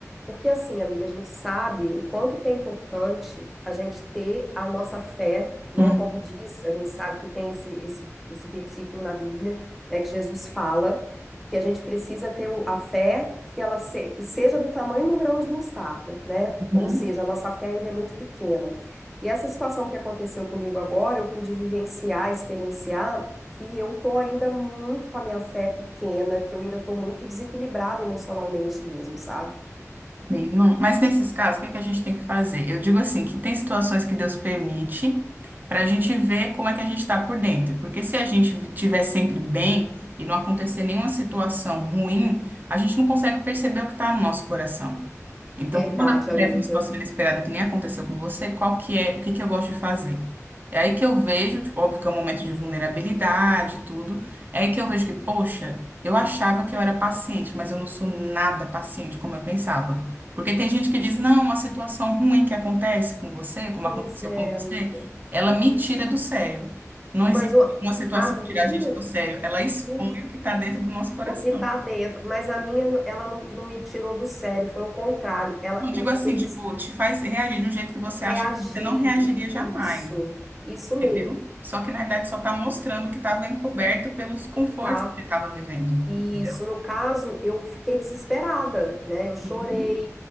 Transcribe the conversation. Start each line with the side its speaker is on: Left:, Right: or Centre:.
Centre: Porque assim, amiga, a gente sabe o quanto que é importante a gente ter a nossa fé, né?
Right: uhum,
Centre: Como diz, a gente sabe que tem esse, esse, esse versículo na Bíblia, né? Que Jesus fala que a gente precisa ter o- a fé que ela se- que seja do tamanho de um grão de mostarda, né?
Right: uhum.
Centre: Ou seja, a nossa fé ainda é muito pequena. E essa situação que aconteceu comigo agora, eu pude vivenciar, experienciar que eu tô ainda muito com a minha fé pequena, que eu ainda tô muito desequilibrada emocionalmente mesmo, sabe?
Right: Sim, não. Mas nesses casos, o que que a gente tem que fazer? Eu digo assim, que tem situações que Deus permite para a gente ver como é que a gente está por dentro. Porque se a gente estiver sempre bem e não acontecer nenhuma situação ruim, a gente não consegue perceber o que está no nosso coração. Então,
Centre: Verdade,
Right: quando acontece
Centre: amiga.
Right: uma situação inesperada que nem aconteceu com você, qual que é, o que que eu gosto de fazer? É aí que eu vejo, tipo, óbvio que é um momento de vulnerabilidade e tudo, é aí que eu vejo que, poxa, eu achava que eu era paciente, mas eu não sou nada paciente como eu pensava. Porque tem gente que diz, não, uma situação ruim que acontece com você, como
Centre: Pois
Right: aconteceu
Centre: é,
Right: com você,
Centre: amiga.
Right: ela me tira do sério. Não
Centre: Mas
Right: existe
Centre: o,
Right: uma situação
Centre: a minha,
Right: que tira a gente do sério, ela expõe
Centre: mas
Right: o que está dentro do nosso coração.
Centre: o que tá dentro, mas a minha, n- ela não, não me tirou do sério, foi o contrário. Ela,
Right: Não digo
Centre: eu fiquei
Right: assim,
Centre: des...
Right: tipo, te faz reagir de um jeito que você
Centre: reagir.
Right: acha que você não reagiria jamais,
Centre: Isso, isso
Right: entendeu?
Centre: mesmo.
Right: Só que na verdade só está mostrando o que estava encoberto pelos confortos
Centre: Que tá
Right: que você estava vivendo,
Centre: Isso,
Right: entendeu?
Centre: no caso, eu fiquei desesperada, né? Eu chorei,
Right: Uhum.